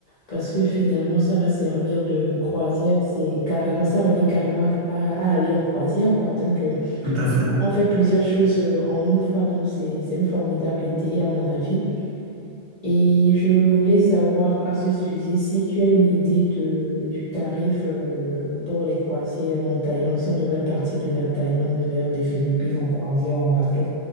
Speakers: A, on the left; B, on the right.
A: parce que finalement ça va servir de croisière. C'est carrément, ça revient carrément à, f- à à aller en croisière quoi. Donc euh,
B: Tout à fait.
A: on fait plusieurs choses euh, en une fois. Donc c'est c'est une formidable idée à mon avis. Et je voulais savoir à ce sujet si tu as une idée de du tarif euh, pour les croisières en Thaïlande, si on devrait partir de la Thaïlande vers les Philippines en croisière en bateau